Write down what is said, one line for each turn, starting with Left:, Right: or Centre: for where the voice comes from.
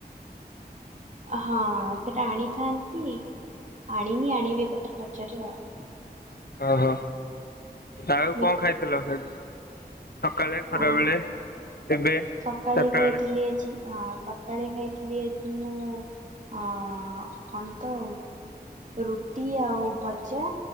Right: ହଁ ସେଟା ଆଣିଥାନ୍ତି ଆଣିନି ଆଣିବି ଏକାଥରେ ବଜାରୁ ଆଉ।
Left: ଓହୋ ଆଉ
Right: ବି
Left: କଣ ଖାଇଥିଲ <unintelligible> ସକାଳେ ଖରାବେଳେ
Right: ଆ
Left: ଏବେ
Right: ସକାଳେ
Left: ଚାରିଟା
Right: ଖାଇଥିଲି
Left: ବେଳେ।
Right: ଆଜି ହଁ ସକାଳେ ଖାଇଥିଲି ଆଜି ମୁଁ ଅ କଣ ତ ରୁଟି ଆଉ ଭଜା